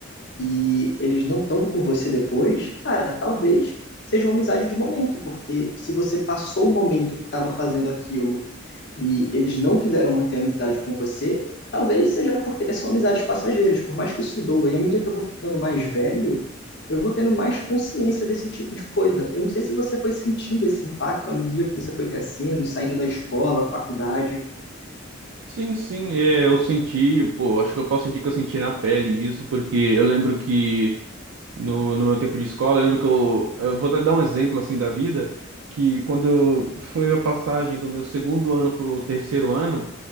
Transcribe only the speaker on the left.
e eles não estão com você depois, cara, talvez seja uma amizade de momento, porque se você passou o momento que estava fazendo aquilo e eles não quiseram manter a amizade com você, talvez seja porque são amizades passageiras, por mais que isso doa. E à medida que eu vou ficando mais velho, eu vou tendo mais consciência desse tipo de coisa. Eu não sei se você foi sentindo esse impacto à medida que você foi crescendo, saindo da escola, faculdade.